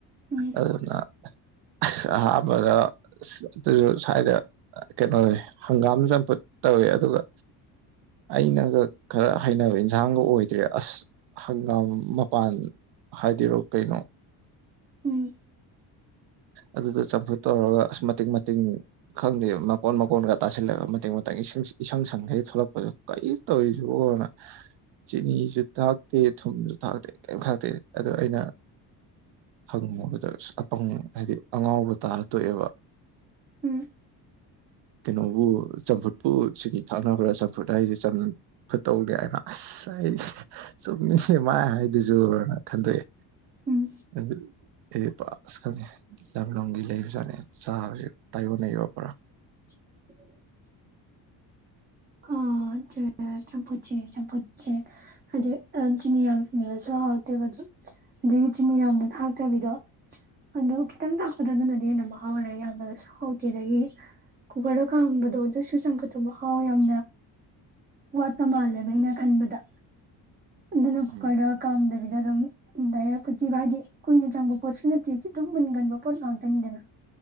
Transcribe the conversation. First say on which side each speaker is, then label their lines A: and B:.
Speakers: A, on the right; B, on the right.
A: ꯎꯝ
B: ꯑꯗꯨꯅ ꯑꯁ ꯑꯍꯥꯟꯕꯗ ꯑꯗꯨꯁꯨ ꯁ꯭ꯋꯥꯏꯗ ꯀꯩꯅꯣ ꯍꯪꯒꯥꯝ ꯆꯝꯐꯨꯠ ꯇꯧꯋꯦ ꯑꯗꯨꯒ ꯑꯩꯅꯒ ꯈꯔ ꯍꯩꯅꯕ ꯏꯟꯁꯥꯡꯒ ꯑꯣꯏꯗ꯭ꯔꯦ ꯑꯁ ꯍꯪꯒꯥꯝ ꯃꯄꯥꯟ ꯍꯥꯏꯗꯣꯏꯔꯣ ꯀꯩꯅꯣ
A: ꯎꯝ
B: ꯑꯗꯨꯗ ꯆꯝꯐꯨꯠ ꯇꯧꯔꯒ ꯑꯁ ꯃꯇꯤꯡ ꯃꯇꯤꯡ ꯈꯪꯗꯦ ꯃꯀꯣꯟ ꯃꯀꯣꯟꯒ ꯇꯥꯁꯤꯜꯂꯒ ꯃꯇꯥꯡ ꯃꯇꯥꯡꯁꯤꯡ ꯏꯁꯪ ꯁꯪꯈꯩ ꯊꯣꯛꯂꯛꯄꯗ ꯀꯔꯤ ꯇꯧꯔꯤꯁꯤꯕꯣꯅ ꯆꯤꯅꯤꯁꯨ ꯊꯥꯛ ꯇꯦ ꯊꯨꯝꯁꯨ ꯊꯥꯛꯇꯦ ꯀꯔꯤꯝ ꯈꯥꯛꯇꯦ ꯑꯗꯣ ꯑꯩꯅ ꯍꯪꯉꯨꯕꯗ ꯑꯄꯪ ꯍꯥꯏꯗꯤ ꯑꯉꯥꯎꯕ ꯇꯥꯔ ꯇꯣꯛꯑꯦꯕ
A: ꯎꯝ
B: ꯀꯩꯅꯣꯕꯨ ꯆꯝꯐꯨꯠꯄꯨ ꯁꯤꯅꯤ ꯊꯥꯅꯕ꯭ꯔꯥ ꯆꯝꯐꯨꯠ ꯍꯥꯏꯁꯦ ꯆꯝ ꯐꯨꯠꯇꯧꯅꯦ ꯍꯥꯏꯅ ꯑꯁ ꯑꯩꯁꯦ ꯆꯨꯝꯃꯤꯅꯦ ꯃꯥ ꯍꯥꯏꯗꯨꯁꯨꯅ ꯈꯟꯗꯣꯛꯑꯦ
A: ꯎꯝ
B: ꯑꯗꯨ ꯑꯩꯗꯤ ꯄꯨꯔꯥ ꯑꯁ ꯈꯪꯗꯦ ꯂꯝꯂꯝꯒꯤ ꯂꯩꯕꯖꯥꯠꯅꯤ ꯆꯥꯕꯁꯦ ꯇꯥꯏꯌꯣꯟꯅꯩꯌꯦꯕ ꯄꯨꯔꯥ
A: <inaudible> ꯑ ꯆꯝꯐꯨꯠꯁꯦ ꯆꯝꯐꯨꯠꯁꯦ ꯍꯥꯏꯗꯤ ꯆꯤꯅꯤ ꯌꯥꯝꯕꯗꯁꯨ ꯍꯥꯎꯇꯦꯕ ꯑꯗꯨ ꯑꯗꯒꯤ ꯆꯤꯅꯤ ꯌꯥꯝꯅ ꯊꯥꯛꯇꯕꯤꯗꯣ ꯑꯗꯨ ꯈꯤꯇꯪ ꯊꯥꯛꯄꯗ ꯑꯗꯨꯅꯗꯤ ꯍꯦꯟꯅ ꯃꯍꯥꯎꯔꯦ ꯌꯥꯝꯕꯗꯁꯨ ꯍꯥꯎꯇꯦ ꯑꯗꯒꯤ ꯀꯨꯀꯔꯗ ꯈꯥꯝꯕꯗꯣ ꯑꯗꯨꯁꯨ ꯆꯝꯐꯨꯠꯇꯣ ꯃꯍꯥꯎ ꯌꯥꯝ ꯋꯥꯠꯄ ꯃꯥꯜꯂꯦꯕ ꯑꯩꯅ ꯈꯟꯕꯗ ꯑꯗꯨꯅ ꯀꯨꯀꯔꯗ
B: ꯎꯝ
A: ꯀꯥꯝꯗꯕꯤꯗ ꯑꯗꯨꯝ ꯗꯥꯏꯔ ꯐꯊꯤꯚ ꯍꯥꯏꯗꯤ ꯀꯨꯏꯅ ꯆꯪꯕ ꯄꯣꯠꯁꯨ ꯅꯠꯇꯦ ꯈꯤꯇꯪ ꯃꯨꯟꯒꯟꯕ ꯄꯣꯠ ꯉꯥꯛꯇꯅꯤꯗꯅ